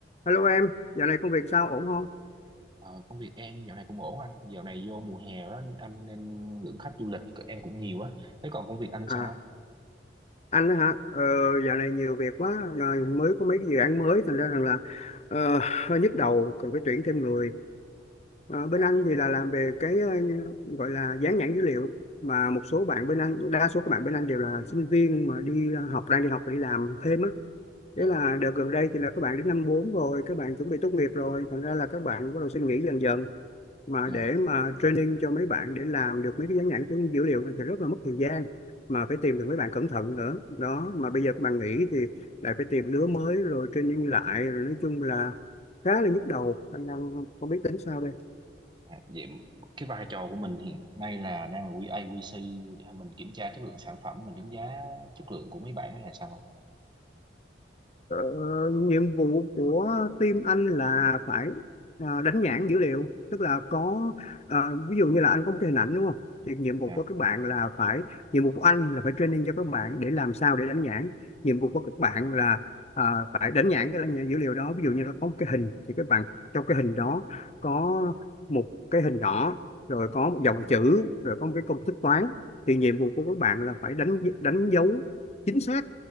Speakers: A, on the left (about 35°); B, on the right (about 25°).
A: Hello em, dạo này công việc sao ổn không?
B: Ờ, công việc em dạo này cũng ổn anh dạo này vô mùa hè đó anh nên lượng khách du lịch của em cũng nhiều á thế còn công việc anh
A: À,
B: sao
A: anh đó hả? Ờ, dạo này nhiều việc quá, rồi mới có mấy cái dự án mới, thành ra rằng là ờ, hơi nhức đầu, cần phải tuyển thêm người. Ờ, bên
B: à,
A: anh thì là làm về cái ờ, như- gọi là dán nhãn dữ liệu, mà một số bạn bên anh, đa số các bạn bên anh đều là sinh viên mà đi học, đang đi học và đi làm thêm á. Thế
B: à,
A: là đợt gần đây thì là các bạn đến năm 4 rồi, các bạn chuẩn bị tốt nghiệp rồi, thành ra là các bạn bắt đầu xin nghỉ dần dần. mà
B: dạ,
A: để
B: dạ.
A: mà training cho mấy bạn để làm được mấy cái dán nhãn của dữ liệu này thì rất là mất thời gian mà phải tìm được mấy bạn cẩn thận nữa đó mà bây giờ các bạn nghỉ thì lại phải tìm lứa mới rồi training lại rồi nói chung là khá là nhức đầu anh đang không biết tính sao đây
B: Vậy, cái vai trò của mình hiện nay là đang là QA QC hay mình kiểm tra chất lượng sản phẩm mình đánh giá chất lượng của mấy bạn hay là sao anh
A: Ờ, nhiệm vụ của team anh là phải ờ, đánh nhãn dữ liệu tức là có ờ, ví dụ như là anh có một cái hình ảnh đúng không thì nhiệm vụ
B: dạ
A: của các bạn là phải nhiệm vụ của anh là phải training cho các bạn để làm sao để đánh nhãn nhiệm vụ của các bạn là ờ, phải đánh nhãn cái là- dữ liệu đó ví dụ như là có một cái hình thì các bạn trong cái hình đó có một cái hình nhỏ rồi có một dòng chữ rồi có một cái công thức toán thì nhiệm vụ của các bạn là phải đánh đánh dấu chính xác